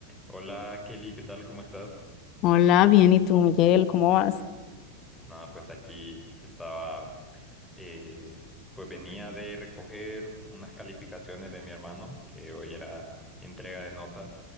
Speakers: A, in the centre; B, on the left.
A: Hola Kelly, ¿qué tal? ¿Cómo estás?
B: Hola, bien, ¿y tú, Miguel? ¿Cómo vas?
A: Nada, pues aquí estaba, eh, pues venía de recoger unas calificaciones de mi hermano, que hoy era entrega de notas.